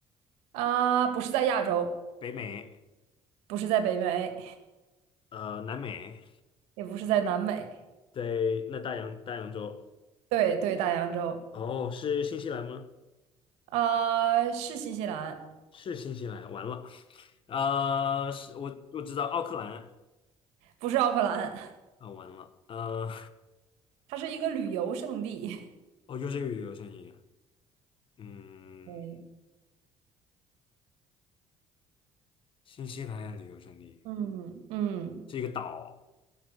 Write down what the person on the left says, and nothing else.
北美，
呃，南美，
对，那大洋大洋洲？
哦，是新西兰吗？
是新西兰，完了。呃，是我我知道奥克兰，
啊、完了，呃，
<laughs> 哦，又是一个旅游胜地，嗯，
新西兰旅游胜地
是一个岛